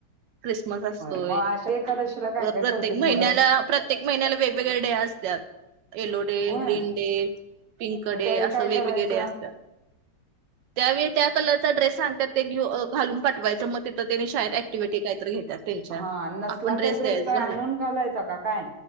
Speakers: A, on the right (about 80°); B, on the right (about 55°).
A: ख्रिसमस असतोय.
B: म अशा एकादशीला काय काय
A: प्रत्येक
B: करतेत मुलं
A: महिन्याला प्रत्येक महिन्याला वेगवेगळे डे असत्यात एलो
B: होय
A: ग्रीन डे पिंक
B: मग
A: डे
B: त्यावेळी
A: असं
B: काय
A: वेगवेगळे
B: करायचं
A: डे असते? त्यावेळी त्या कलरचा ड्रेस सांगतात ते घालून पाठवायच म- ति त्यांनी शाळेत क्टिव्हटी काहीतरी घेतात ते अच्छा
B: हा नसला
A: आपण ड्रेस
B: तर
A: द्यायच
B: काय
A: घाल
B: आणून घालायचा का काय